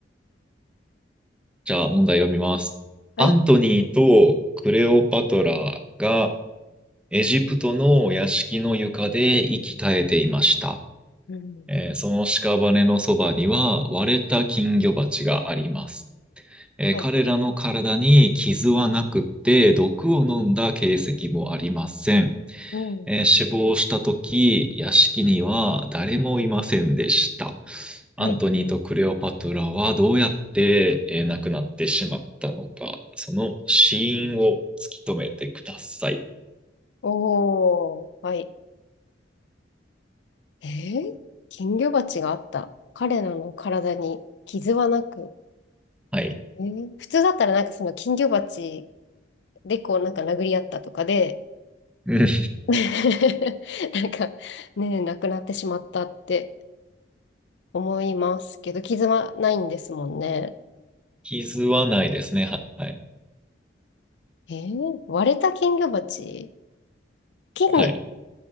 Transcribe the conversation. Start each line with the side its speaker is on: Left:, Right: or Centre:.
Centre: じゃあ、問題読みます。
Left: はい。
Centre: アントニーとクレオパトラがエジプトの屋敷の床で息絶えていました。
Left: うん。
Centre: えーその屍のそばには割れた金魚鉢があります。えー彼らの体に傷はなくって毒を飲んだ形跡もありません。
Left: はい。うん。
Centre: えー死亡したとき、屋敷には誰もいませんでした。
Left: はい。
Centre: アントニーとクレオパトラはどうやって、えー亡くなってしまったのか、その死因を突き止めてください。
Left: おー、はい。えー、金魚鉢があった。彼らの体に傷はなく。
Centre: はい。
Left: えー普通だったらなんかその金魚鉢でこうなんか殴り合ったとかで、
Centre: <laughs> うん
Left: <laughs> なんかね、なくなってしまったって思いますけど、傷はないんですもんね。
Centre: 傷はないですね。はい。
Left: えー、割れた金魚鉢金魚、
Centre: はい。